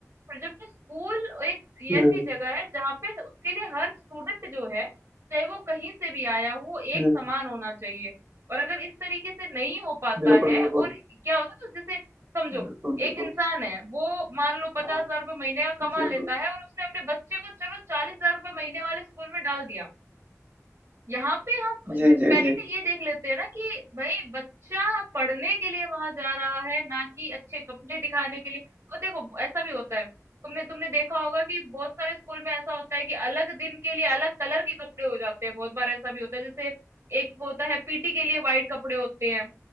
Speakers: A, on the right; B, on the right.
A: और जबकि स्कूल एक
B: हम्म,
A: ऐसी जगह है जहाँ पे उसके लिए हर स्टूडेंट जो है चाहे वो कहीं से भी आया हो वो एक
B: हम्म,
A: समान होना चाहिए और अगर इस तरीके से नहीं हो पाता
B: बिल्कुल
A: है
B: बिल्कुल
A: और क्या होता है ना, जैसे समझो
B: बिल्कुल बिल्कुल
A: एक इंसान है वो मान लो पचास
B: हाँ
A: हजार रुपये महीने का
B: जी
A: कमा
B: जी
A: लेता है और उसने अपने बच्चे को चलो चालीस हजार रुपये महीने वाले स्कूल में डाल दिया यहाँ पे हम
B: जी
A: डिस्पैरिटी
B: जी जी
A: ये देख लेते हैं ना कि भाई बच्चा पढ़ने के लिए वहां जा रहा है ना कि अच्छे कपड़े दिखाने के लिए और देखो ऐसा भी होता है तुमने तुमने देखा होगा कि बहुत सारे स्कूल में ऐसा होता है कि अलग दिन के लिए अलग कलर के कपड़े हो जाते हैं बहुत बार ऐसा भी होता है जैसे एक वो होता है पीटी के लिए वाइट कपड़े होते हैं